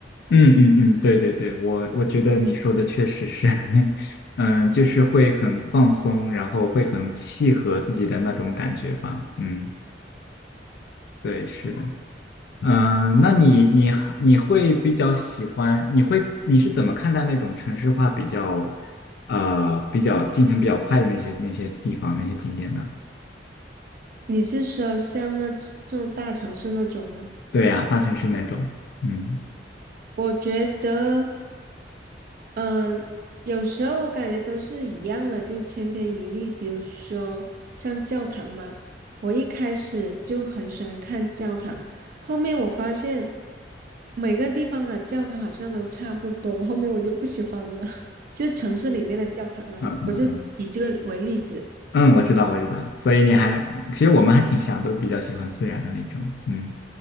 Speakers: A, on the left (about 60°); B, on the right (about 50°).
A: 嗯嗯嗯，对对对，我我觉得你说的确实是，<laughs> 嗯，就是会很放松，然后会很契合自己的那种感觉吧。嗯，对，是的。嗯，那你你你会比较喜欢？你会你是怎么看待那种城市化比较，呃，比较进程比较快的那些那些地方那些景点呢？
B: 你是说像那这种大城市那种吗？
A: 对呀，大城市那种，嗯
B: 我觉得，嗯、有时候我感觉都是一样的，就千篇一律。比如说像教堂嘛，我一开始就很喜欢看教堂，后面我发现每个地方的教堂好像都差不多，后面我就不喜欢了。<laughs> 就是城市里面的教堂啊，
A: 嗯
B: 我就以这个为例子。
A: 嗯，我知道我知道，所以你还其实我们还挺像，都比较喜欢自然的那种，嗯，